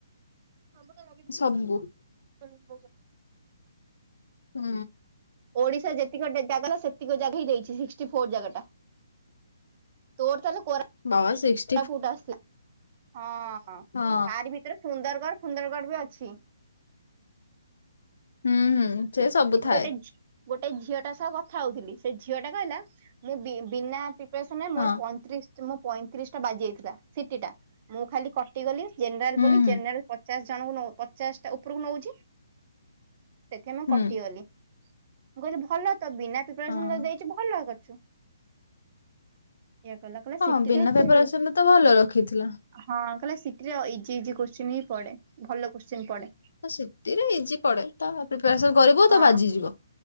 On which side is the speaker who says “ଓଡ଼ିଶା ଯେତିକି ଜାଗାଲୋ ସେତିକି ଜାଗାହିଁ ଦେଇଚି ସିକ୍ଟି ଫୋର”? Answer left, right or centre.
Right